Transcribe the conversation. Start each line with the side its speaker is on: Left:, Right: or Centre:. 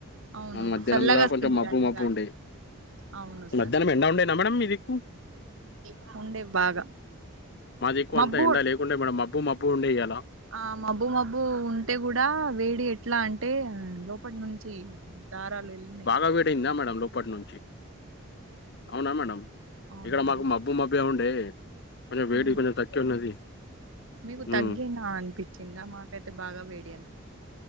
Right: అవును
Left: మధ్యాహ్నం
Right: చల్లగా
Left: కూడా
Right: వస్తుంది
Left: కొంచెం మబ్బు
Right: కానీ
Left: మబ్బు
Right: గాలి
Left: ఉండే
Right: అవును సార్
Left: మధ్యాహ్నం ఎండ ఉండేనా మేడం మీదిక్కు
Right: ఆ ఉండే బాగా
Left: మాది దిక్కు
Right: మబ్బు
Left: అంతా ఎండ లేకుండే మేడం మబ్బు మబ్బు ఉండేఇయలా
Right: ఆ మబ్బు మబ్బు ఉంటే కూడా వేడి ఎట్ ఎట్లా అంటే లోపలి నుంచి దారాలు వె
Left: బాగా వెడి అయ్యిద మేడం లోపటి నుంచి అవునా మేడం
Right: అవునండి
Left: ఇక్కడ మాకు మ మబ్బు మబ్బే ఉండే కొంచం వేడి
Right: ఉమ్
Left: కొంచం తగ్గే ఉన్నది
Right: మీకు తగ్గిన
Left: ఉమ్
Right: అనిపించిందా మాకైతే బాగా వేడి అనిపి